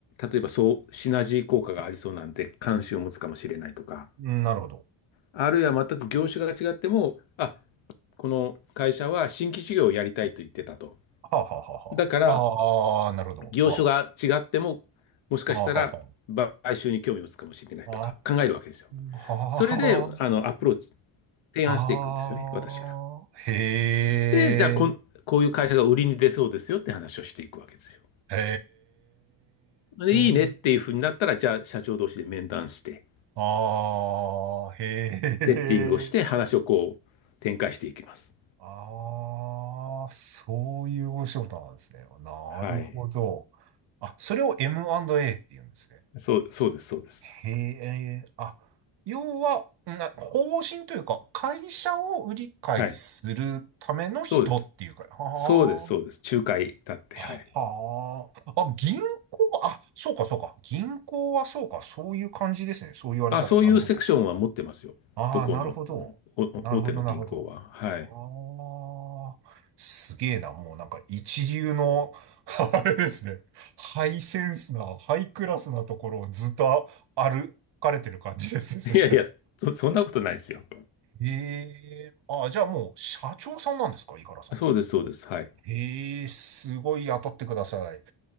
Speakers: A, on the left; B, on the right.
A: 例えばそう、シナジー効果がありそうなんで、関心を持つかもしれないとか、
B: うんなるほど。
A: あるいは全く業種が違っても、あ、この会社は新規事業をやりたいと言ってたと。
B: はあはあはあはあ。
A: だから、
B: ああ、なるほど。
A: 業種が違っても、
B: あ
A: もしかしたら
B: あ、はあはあは
A: 買収に興味を持つかもしれないとか考えるわけですよ。
B: あ。ああ、はあ、
A: それで、
B: はあ。
A: あの、アプローチ、提案していくんですよね、
B: ああへえ、
A: 私が。で、じゃあこん、こういう会社が売りに出そうですよって話をしていくわけですよ。
B: へ
A: で、いいねっていうふうになったら、
B: え、
A: じゃあ、社長同士で面談して、
B: ああ、へえ。
A: セッティングをして、話をこう、展開していきます。
B: ああ、そういうお仕事なんですね。なるほど。
A: はい。
B: あ、それを M&A って言うんですね。
A: そう、そうです、そうです。
B: へえ、あ、要は、な、方針というか、会社を売り買いするための人っていうか、
A: はい。そうです。
B: は
A: そうです、そうです。仲介だって、
B: あ、
A: はい。
B: はあ、あ、銀行、あ、そうか、そうか、銀行はそうか、そういう感じですね。そう言われたら、
A: あ、そういうセクションは持ってますよ。
B: なるほど。ああ、
A: どこの、
B: なるほど。
A: うんお大手の銀行は。
B: なるほど、なるほど。
A: はい。
B: ああ、すげえな。もうなんか一流の、<laughs> あれですね。ハイセンスな、ハイクラスなところをずっと歩かれてる感じですね。そしたら。
A: いやいや、そ、そんなことないですよ。
B: ええ、ああ、じゃあもう社長さんなんですか、井原さんって。
A: そうです、そうです。はい。
B: ええ、すごい雇ってください。